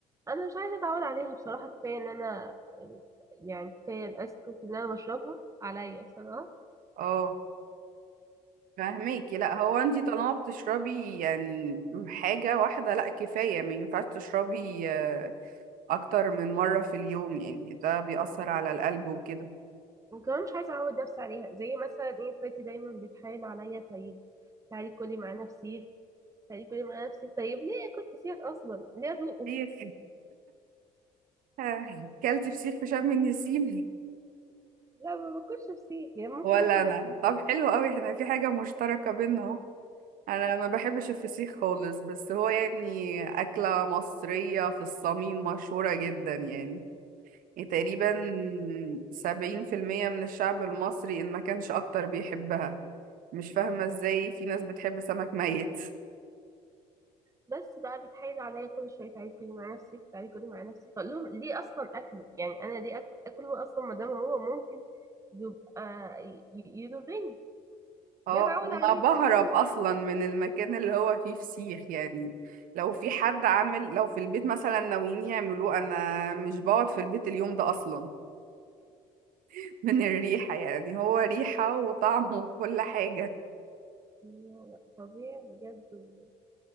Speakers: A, on the right; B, on the right.
A: انا مش عايزه اتعود عليها بصراحه كفايه ان انا يعني كفايه الايس كوفي اللي انا بشربها عليا بصراحه
B: اه فاهميكي لا هو انتي طالما بتشربي يعني حاجة واحدة لا كفاية ما ينفعش تشربي آه، اكتر من مرة في اليوم يعني ده بيأثر على القلب وكده
A: وكمان مش عايزة أعود نفسي عليها زي مثلا إيه اخواتي دايما بتحايل عليا طيب تعالي كلي معانا فسيخ تعالي كلي معانا فسيخ طيب ليه آكل فسيخ أصلا ليه أدوقه
B: فسيخ <laughs> كلت فسيخ في شم النسيم
A: لا ما باكلش فسيخ يعني ممكن
B: ولا
A: آكل
B: انا
A: رز.
B: طب حلو قوي احنا في حاجة مشتركة بينا اهو انا ما بحبش الفسيخ خالص بس هو يعني أكلة مصرية في الصميم مشهورة جدا يعني تقريبا سبعين في المية من الشعب المصري إن ما كانش أكتر بيحبها مش فاهمة إزاي في ناس بتحب سمك ميت
A: بس بقى بيتحايل عليا كل شوية تعالي كلي معانا فسيخ تعالي كلي معانا فسيخ أقول لهم ليه أصلا أكله يعني أنا ليه آك- أكله أصلا ما دام هو ممكن يبقى ي- ي- يضرني
B: اه
A: بجد أعود
B: انا
A: عليه
B: بهرب
A: أنا مش عايزة
B: اصلا من المكان اللي هو فيه فسيخ يعني لو في حد عامل لو في البيت مثلا ناويين يعملوه انا مش بقعد في البيت اليوم ده اصلا <laughs> من الريحة يعني هو ريحة وطعم وكل حاجة
A: لا، لا، فظيع بجد و-